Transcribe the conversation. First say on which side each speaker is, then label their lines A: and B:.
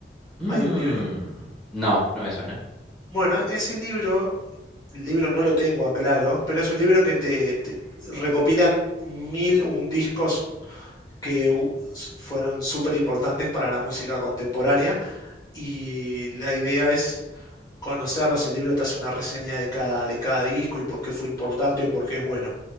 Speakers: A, in the centre; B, on the left.
A: mm,
B: Hay un libro.
A: no, no me suena.
B: Bueno, ese libro el libro no lo tengo a claro, pero es un libro que te, te recopilan mil un discos que fueron súper importantes para la música contemporánea y la idea es conocerlos, el libro te hace una reseña de cada, de cada disco y por qué fue importante o por qué es bueno.